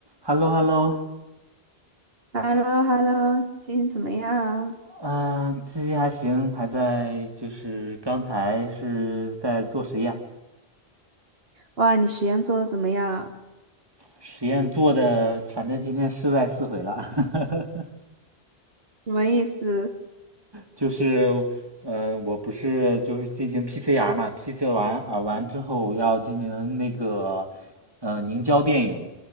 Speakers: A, on the right; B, on the right.
A: h e l l o h e l l o
B: h e l l o h e l l o 最近怎么样啊？
A: 呃，最近还行，还在就是刚才是在做实验，
B: 哇，你实验做的怎么样？
A: 实验做的，反正今天失败四回了，<laughs>
B: 什么意思？
A: 就是呃，我不是就是进行 PCR 嘛，PCR 完啊完之后要进行那个呃凝胶电泳，